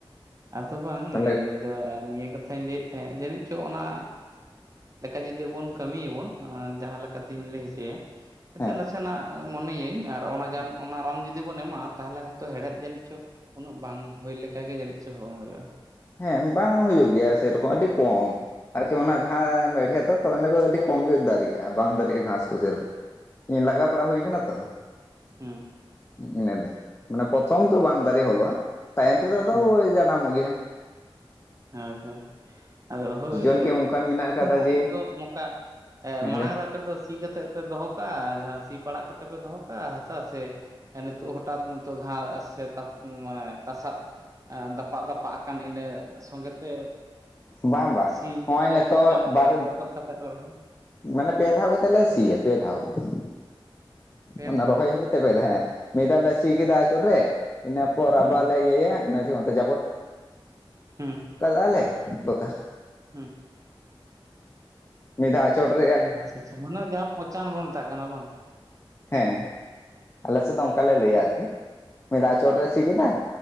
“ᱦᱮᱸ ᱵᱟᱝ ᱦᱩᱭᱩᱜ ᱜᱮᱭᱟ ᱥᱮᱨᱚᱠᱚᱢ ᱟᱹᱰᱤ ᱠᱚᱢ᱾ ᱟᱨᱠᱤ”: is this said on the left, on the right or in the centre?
Left